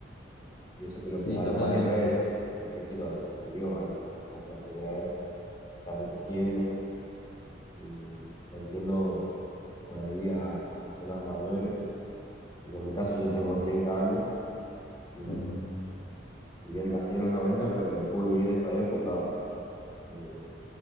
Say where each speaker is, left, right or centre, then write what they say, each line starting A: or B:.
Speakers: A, on the left; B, on the left.
A: Y eso que lo
B: Sí,
A: probaron
B: totalmente.
A: varias veces, porque esto ya se vio antes, no es la primera vez, se está repitiendo Y lo entiendo por ahí a, a personas mayores, porque en mi caso yo
B: Ujú,
A: tengo 30 años y no,
B: ujú,
A: si bien nací en los 90, pero no pude vivir esa época, eh,